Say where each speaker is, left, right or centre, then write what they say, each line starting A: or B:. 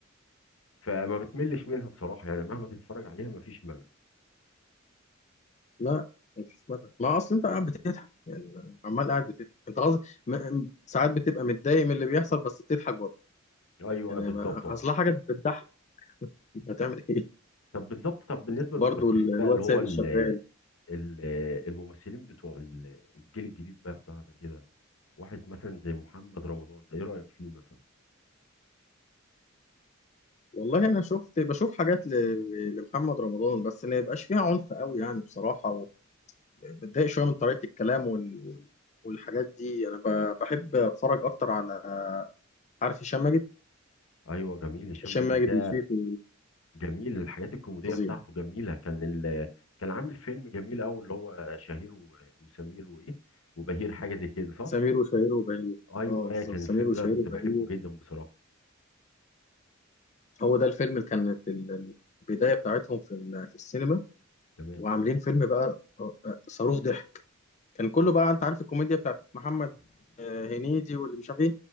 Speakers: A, on the left; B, on the left.
A: فما بتملش منها بصراحة يعني مهما تتفرج عليها مفيش ملل
B: لا مفيش مدى ما أصل أنت قاعد بتضحك يعني عمال قاعد بتضحك أنت قصدي م... م- ساعات بتبقى متضايق من اللي بيحصل بس بتضحك برضه
A: ايوه
B: يعني
A: بالظبط
B: ما...
A: اه
B: أصل حاجة بتضحك هتعمل إيه
A: طب بالظبط طب بالنسبه
B: <laughs>
A: للممثلين
B: برضه ال-
A: بقى
B: الواد
A: اللي هو
B: سيد
A: ال
B: الشغال
A: ال الممثلين بتوع ال- الجيل الجديد بقى بتاعنا كده واحد مثلا زي محمد رمضان ده ايه رايك فيه مثلا
B: والله أنا شفت بشوف حاجات ل... لمحمد رمضان بس ما يبقاش فيها عنف قوي يعني بصراحة وبتضايق شوية من طريقة الكلام وال... وال... والحاجات دي أنا ب... بحب أتفرج أكتر على عارف هشام ماجد
A: ايوه جميل هشام
B: هشام
A: ماجد
B: ماجد
A: ده
B: موسيقي
A: جميل الحاجات الكوميديه
B: فظيع
A: بتاعته جميله كان ال كان عامل فيلم جميل قوي اللي هو شهير و- وسمير وايه وبهير حاجه زي كده صح
B: سمير وشهير وبهير
A: ايوه
B: اه بالظبط
A: آه، كان
B: سمير
A: الفيلم
B: وشهير
A: ده انا كنت
B: وبهير
A: بحبه جدا بصراحه
B: هو ده الفيلم اللي كانت ال- البدايه بتاعتهم في ال- في السينما
A: تمام
B: وعاملين فيلم بقى آه، آه، صاروخ ضحك كان كله بقى انت عارف الكوميديا بتاعت محمد آه، هنيدي واللي مش عارف ايه